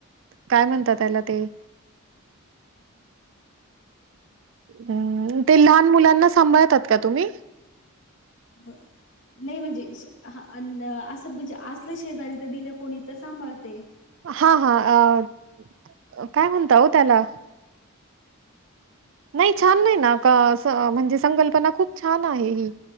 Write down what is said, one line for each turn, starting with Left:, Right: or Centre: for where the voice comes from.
Right: काय म्हणतात त्याला ते हम्म ते लहान मुलांना सांभाळतात का तुम्ही.
Left: नाही म्हणजे असं हा ल आस म्हणजे असलं शेजारी तर दिलं कोणी तर सांभाळते.
Right: हा हा अ काय म्हणत हो त्याला नाही छान नाही ना का म्हणजे संकल्पना खूप छान आहे ही